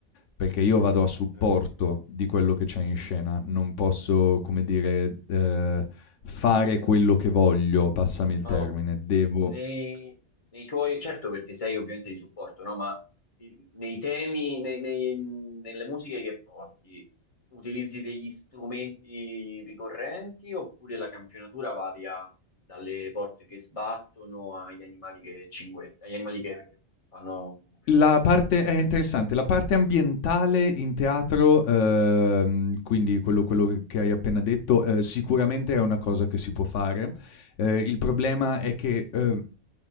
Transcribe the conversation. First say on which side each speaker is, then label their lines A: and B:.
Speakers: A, on the left; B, on the left.
A: perché io vado a supporto
B: Certo.
A: di quello che c'è in scena, non posso, come dire, ehm, fare quello che voglio, passami il
B: Ma
A: termine,
B: o-
A: devo
B: nei, nei tuoi, certo perché sei ovviamente di supporto, no? Ma i- nei temi, nei- nei- nelle musiche che porti, utilizzi degli strumenti ricorrenti oppure la campionatura varia dalle porte che sbattono agli animali che cinguettano, agli animali che, che fanno rumore?
A: La parte è interessante, la parte ambientale in teatro, ehm, quindi quello quello che che hai appena detto, ehm, sicuramente è una cosa che si può fare. Ehm, il problema è che, ehm,